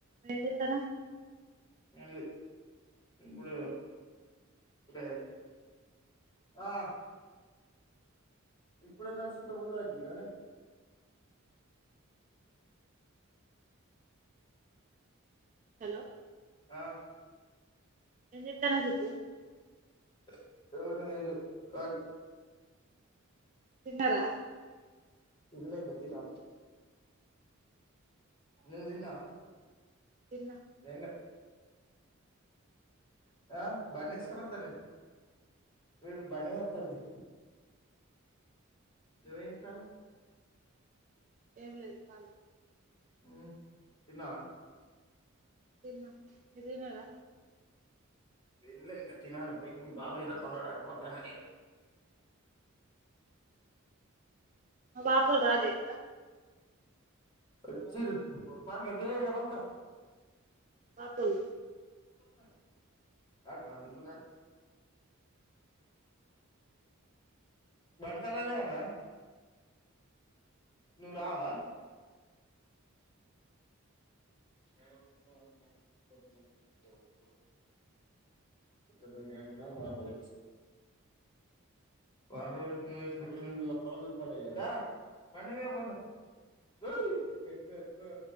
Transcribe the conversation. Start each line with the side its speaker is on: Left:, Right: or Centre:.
Right: ఏం చెత్తన్నావ్
Left: ఏమి లే ఇప్పుడు ఇప్పుడే ఆ ఇప్పుడే నడుచుకుంట పోతాంటిగానే
Right: హలో
Left: ఆ
Right: ఏం చెత్తన్నావ్ సిద్ధూ
Left: <unintelligible> కాలీ
Right: తీన్నరా
Left: తిన్నలే ఇంకా తినాలి నువ్వు తిన్నావా
Right: తిన్నా
Left: వెంగా ఆ బండి సుకోస్త నేను వీడు బండి మీద వత్తాడు తీ నువ్వేం చెత్తన్నావ్
Right: ఏం లేదు కాలి
Left: ఉ తిన్నావా
Right: తిన్నా మీరు తిన్నారా
Left: తినలే ఇంకా తినాలి పోయి మీ బాబాలా పన్నాడు అటుపోతాను
Right: మా బాపు వాళ్ళు రాలే ఇంకా
Left: వచ్చిర్రు పండుకో కే ఇడా పండుకోర
Right: పాపయ్
Left: ఉ వాడు పండుకున్నాడు బండి తాళాలు లెవ్ అన్న నువ్వు రావా <inaudible> <unintelligible> వారం పోయివచ్చిన వారం రోజులు ఇప్పుడు నువ్వు <unintelligible> ధారా బండి మీదా పోదాం రా వుయ్ ఎత్తుకో ఎత్తుకో ఎత్తుకో